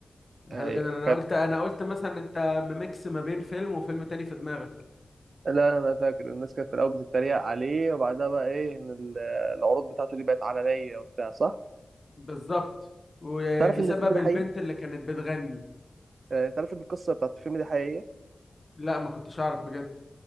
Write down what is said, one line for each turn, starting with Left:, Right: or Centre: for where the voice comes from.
Left: ده
Right: ايوه
Left: حلو جدا انا
Right: كان
Left: قلت انا قلت مثلا انت ميكس ما بين فيلم وفيلم تاني في دماغك
Right: لا انا فاكر الناس كانت في الاول بتتريق عليه وبعدها بقى ايه ان ال- العروض بتاعته دي بقت عالميه وبتاع صح
Left: بالظبط وبسبب
Right: تعرف ان الفيلم ده
Left: البنت
Right: حقيقي
Left: اللي كانت بتغني
Right: آه، تعرف ان القصه بتاعت الفيلم دي حقيقيه
Left: لا ما كنتش اعرف بجد